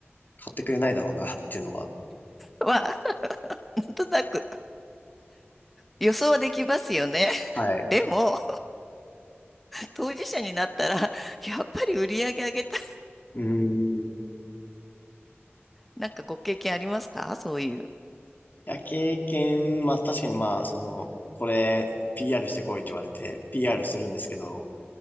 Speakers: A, on the left; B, in the centre.
A: 買ってくれないだろうなっていうのは。
B: ー、は、なんとなく予想はできますよね。
A: はい。
B: でも、当事者になったら、やっぱり売り上げ上げたい。
A: うーん。い
B: なんかご経験ありますかそういう。
A: や、経験、まあ確かにまあ、その、これ PR してこいって言われて PR するんですけど、